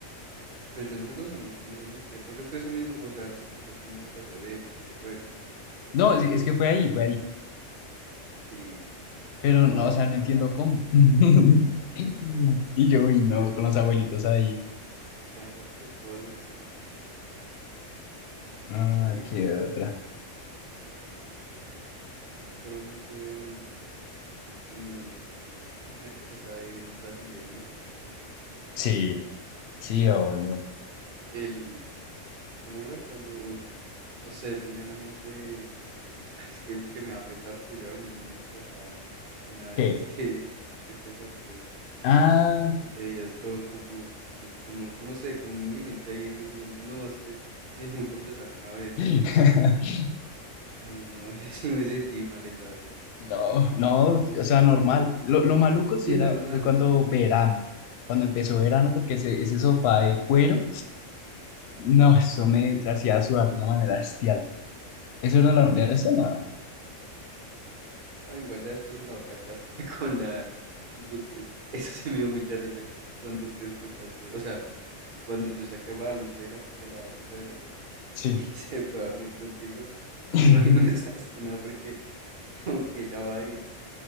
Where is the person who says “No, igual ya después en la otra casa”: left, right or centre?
Right